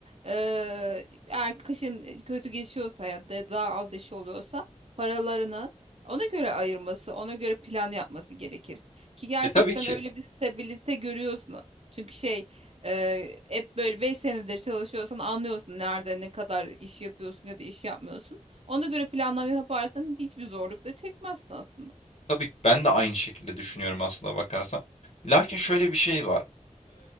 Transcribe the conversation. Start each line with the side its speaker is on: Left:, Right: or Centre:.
Right: e, eğer kışın kötü geçiyorsa ya da daha az işi oluyorsa paralarını ona göre ayırması, ona göre plan yapması gerekir. Ki gerçekten
Left: E tabii ki.
Right: öyle bir stabilite görüyorsun. Çünkü şey, e, hep böyle 5 senedir çalışıyorsan anlıyorsun nerede ne kadar iş yapıyorsun ya da iş yapmıyorsun. Ona göre planlama yaparsan hiçbir zorluk da çekmezsin aslında.
Left: Tabii ki ben de aynı şekilde düşünüyorum aslında bakarsan. Lakin şöyle bir şey var.